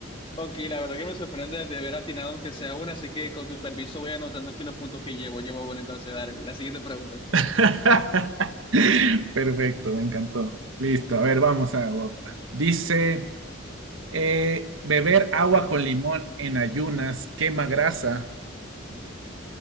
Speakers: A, on the left (about 25°); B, on the right (about 75°).
A: Ok, la verdad que me sorprende de haber atinado aunque sea una, así que con tu permiso voy anotando aquí los puntos que llevo. Llevo, bueno, entonces, dale, la siguiente pregunta.
B: <laughs> Perfecto, me encantó. Listo, a ver, vamos a otra. Dice, eh, beber agua con limón en ayunas quema grasa.